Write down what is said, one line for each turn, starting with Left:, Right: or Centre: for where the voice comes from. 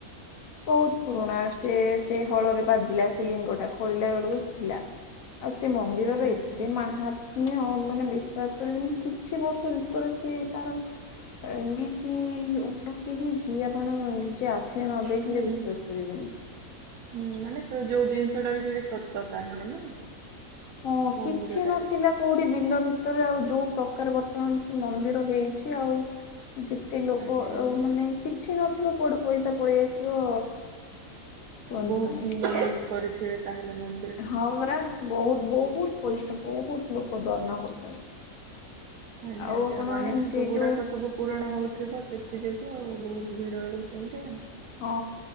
Left: ବହୁତ୍ ପୁରୁଣା ସେ ସେ ହଳରେ ବାଜିଲା ସେ ଲିଙ୍ଗଟା ଖୋଳିଲା ବେଳକୁ ଥିଲା। ଆଉ ସେ ମନ୍ଦିରର
Right: ଆଜ୍ଞା
Left: ଏତେ ମାହା ନିଅ ମାନେ ବିଶ୍ଵାସ କରିବେନି କିଛି ବର୍ଷ ଭିତରେ ସେ ତାର ଏମିତି ଉ ନ୍ନତି ହେଇଛି ଆପଣ ନିଜେ ଆଖିରେ ନ ଦେଖିଲେ
Right: ହୁଁ
Left: ବିଶ୍ଵାସ କରିବେନି।
Right: ହୁଁ, ମାନେ ସେ ଯୋଉ ଜିନିଷ ଟା ବି ସେଇଠି ସତ ତା ହେଲେ ନାଇଁ?
Left: ହଁ,
Right: ମନ୍ଦିରଟାରେ
Left: କିଛି ନଥିଲା କୋଉଠି ବିଲ ଭିତରେ ଆଉ ଯୋଉ ପ୍ରକାର ବର୍ତ୍ତମାନ ସେ ମନ୍ଦିର ହେଇଛି ଆଉ ଯେ ତେ ଲୋକ
Right: ଆଜ୍ଞା ଆଜ୍ଞା
Left: ଉ ମାନେ କିଛି ନଥିବ କୁଆଡୁ ପଇସା ପଳେଇ ଆସିବ। କୁହନ୍ତୁନି।
Right: ବହୁତ୍ ସୁନ୍ଦର <unintelligible> କରିଥିବେ ତାହେଲେ ମ
Left: ହଁ ପରା ବହୁତ୍ ବହୁତ୍ ପଇସା ବହୁତ୍ ଲୋକ ଦ୍ୱାନ କରୁଛନ୍ତି।
Right: ଆଜ୍ଞା
Left: ଆଉ
Right: ଆଜ୍ଞା,
Left: ଆପଣ
Right: ମାନସିକ
Left: ଏମିତି
Right: ଗୁଡାକ
Left: ଯୋଉ
Right: ସବୁ ପୂରଣ ହଉଥିବ, ସେଥି ଯୋଗୁଁ ଆଉ ବହୁତ ଭିଡ଼ ରହୁଛନ୍ତି ଆଉ।
Left: ହଁ,